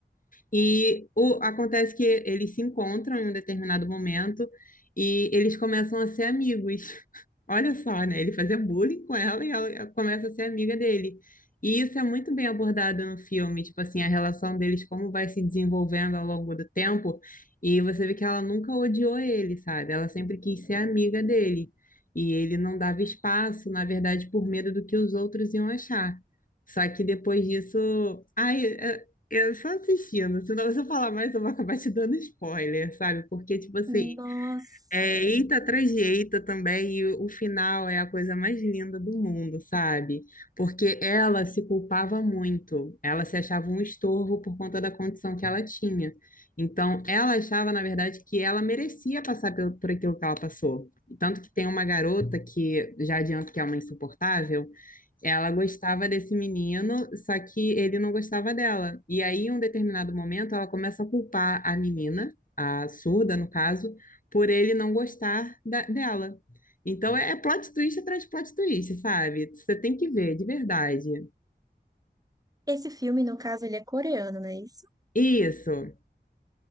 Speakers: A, on the left; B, on the right.
A: E o, acontece que eles se encontram em um determinado momento e eles começam a ser amigos. <laughs> Olha só, né? Ele fazia bullying com ela e ela começa a ser amiga dele. E isso é muito bem abordado no filme, tipo assim, a relação deles, como vai se desenvolvendo ao longo do tempo. E você vê que ela nunca odiou ele, sabe? Ela sempre quis ser amiga dele. E ele não dava espaço, na verdade, por medo do que os outros iam achar. Só que depois disso, ai, é, eu só assistindo, senão se eu falar mais eu vou acabar te dando spoiler, sabe? Porque, tipo assim,
B: nossa.
A: é eita atrás de eita também, e o final é a coisa mais linda do mundo, sabe? Porque ela se culpava muito, ela se achava um estorvo por conta da condição que ela tinha. Então, ela achava, na verdade, que ela merecia passar pelo- por aquilo que ela passou. Tanto que tem uma garota que, já adianto que é uma insuportável, ela gostava desse menino, só que ele não gostava dela. E aí, em um determinado momento, ela começa a culpar a menina, a surda, no caso, por ele não gostar da- dela. Então, é é plot twist atrás de plot twist, sabe? Você tem que ver, de verdade.
B: Esse filme, no caso, ele é coreano, não é isso?
A: Isso.